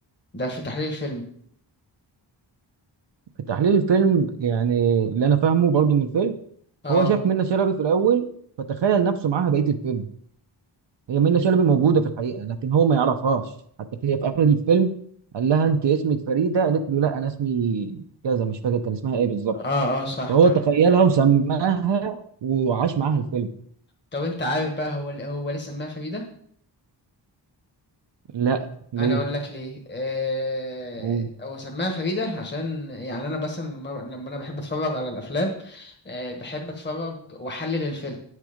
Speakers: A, on the left (about 25°); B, on the right (about 70°).
A: ده في تحليل الفيلم
B: في تحليل الفيلم يعني اللي انا فاهمه برضو من الفيلم
A: اه
B: هو شاف منة شلبي في الاول فتخيل نفسه معاها بقيه الفيلم هي منة شلبي موجوده في الحقيقه لكن هو ما يعرفهاش حتى هي في اخر الفيلم قال لها انت اسمك فريده قالت له لا انا اسمي كذا مش فاكر كان اسمها ايه بالظبط
A: اه اه صح
B: فهو
A: تمام
B: تخيلها وسماها وعاش معاها الفيلم
A: طب انت عارف بقى هو هو ليه سماها فريده
B: لا ليه
A: انا اقول لك ليه آه...
B: قول.
A: هو سماها فريده عشان يعني انا بس لما لما انا بحب اتفرج على الافلام آه، بحب اتفرج واحلل الفيلم